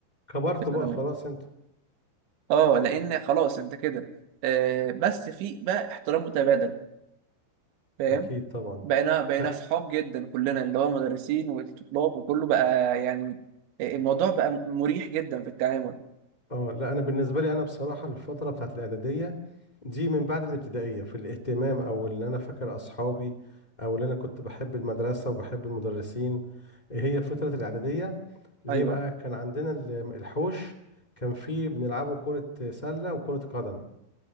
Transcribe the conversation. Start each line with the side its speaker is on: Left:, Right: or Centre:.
Left: كبرتوا
Right: في الثانوي
Left: بقى خلاص انتوا
Right: اه لان خلاص انت كده آه بس في بقى احترام متبادل فاهم
Left: اكيد طبعا
Right: بقينا بقينا
Left: لا
Right: اصحاب جدا كلنا اللي هو مدرسين والطلاب وكله بقى يعني آه، الموضوع بقى مريح جدا في التعامل
Left: اه لا انا بالنسبه لي انا بصراحه الفتره بتاعت الاعداديه دي من بعد الابتدائيه في الاهتمام او ان انا فاكر اصحابي او ان انا كنت بحب المدرسه وبحب المدرسين هي فتره الاعداديه ليه
Right: ايوه
Left: بقى كان عندنا ال- الحوش كان فيه بنلعبوا كره سله وكره قدم